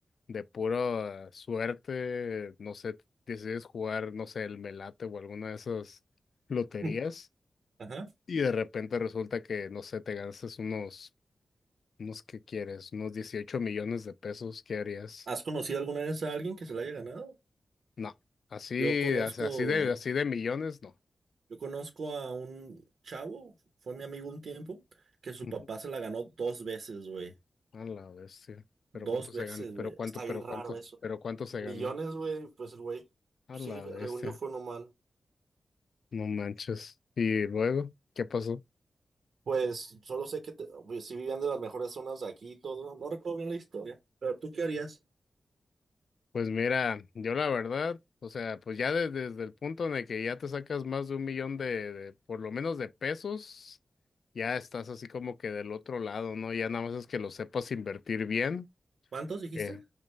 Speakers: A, on the left (about 65°); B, on the right (about 70°).
A: de pura suerte, no sé, decides jugar, no sé, el Melate o alguna de esas loterías.
B: Mm, Ajá.
A: Y de repente resulta que, no sé, te ganas unos Unos que quieres, unos 18 millones de pesos, ¿qué harías?
B: ¿Has conocido alguna vez a alguien que se la haya ganado?
A: No, así,
B: Yo conozco,
A: as- así de, así de millones, no.
B: yo conozco a un chavo, fue mi amigo un tiempo, que su
A: Ujú.
B: papá se la ganó dos veces, güey.
A: A la bestia. Pero
B: Dos
A: cuánto
B: veces,
A: se ganó, pero
B: güey.
A: cuánto,
B: Está
A: pero
B: bien raro
A: cuánto,
B: eso.
A: pero cuánto se
B: Millones,
A: ganó.
B: güey, pues el güey,
A: A
B: sí,
A: la
B: según
A: bestia.
B: yo fue un humano.
A: No manches. Y luego, ¿qué pasó?
B: Pues solo sé que te- pues, sí vivían de las mejores zonas de aquí y todo. No recuerdo bien la historia. ¿Pero tú qué harías?
A: Pues mira, yo la verdad, o sea, pues ya de- desde el punto en el que ya te sacas más de un millón de, de, por lo menos de pesos, ya estás así como que del otro lado, ¿no? Ya nada más es que lo sepas invertir bien.
B: ¿Cuántos dijiste?
A: que,